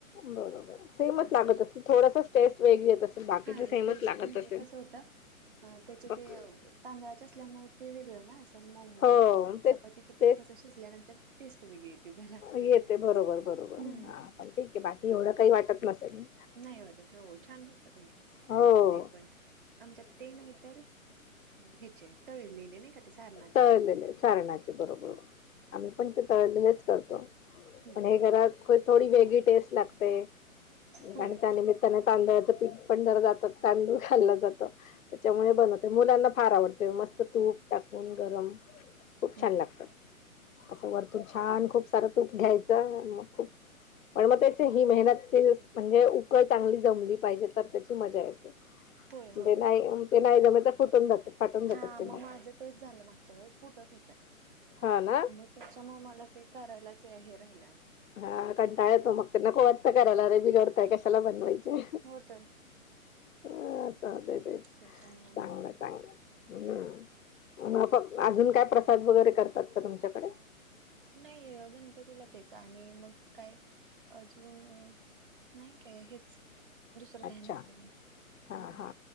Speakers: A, on the left; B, on the right.
A: बरोबर सेमच
B: असं.
A: लागत असते थोडासाच टेस्ट वेगळी येत असेल बाकीच
B: हा
A: सेमच
B: टेस्ट
A: लागत
B: म्हणजे
A: असेल.
B: कसं होतं अ त्याचे
A: फक्त
B: ते तांदळाचे असल्यामुळे ते वेगळं ना असं मऊमऊ
A: हो
B: एकदम आणि
A: तेच
B: चपातीचं पीठ
A: तेच
B: कसं शिजल्यानंतर टेस्ट वेगळी येते झाला
A: येते बरोबर
B: एवढंच.
A: <unintelligible> पण
B: हम्म
A: ते बाकी एवढं काही वाटत नसेल.
B: नाही वाटत हो छान होतात उलटे
A: हो
B: ते पण आमच्यात ते नाही तर हेचे तळलेले नाही का ते सारना
A: तळलेले सारणाचे बरोबर आम्ही पण ते तळलेलेच करतो
B: हम्म
A: पण हे घरात थोडी वेगळी टेस्ट लागते
B: होय
A: आणि त्या निमित्तानं तांदळाचं पीठ पण जर जात तांदूळ खाल्ला त्याच्यामुळे बनतं मुलांना फार आवडते मस्त तूप टाकून गरम खूप
B: ह
A: छान लागतं असं वरतून छान खूप सारं तूप घ्यायचं मग खूप पण मग त्याचे ही मेहनत ते म्हणजे उकळ चांगली जमली पाहिजे तर त्याची मजा येते
B: होय होय
A: ते नाही ते नाही जमलं तर फुटून जात फाटून जात
B: हा
A: ते मग.
B: माझं तेच झालं मागच्या वेळेस फुटत होतं
A: हा ना.
B: मग त्याच्या म ते करायलाच हे राहिल्या
A: हा कंटाळा येतो मग ते नको वाटतं करायला रे बिघडतंय कशाला बनवायचं.
B: हो तर
A: ह ते तेच
B: त्याच्यामुळे
A: चांगलं
B: मी
A: चांगलं. हम्म फक्त अजून काय प्रसाद वगैरे करतात का तुमच्याकडे
B: नाही गणपतीला तेच आणि मग काय अजून नाही काय हेच दुसरं
A: अच्छा
B: काही नसते गणपतीला
A: हा
B: हम्म
A: हा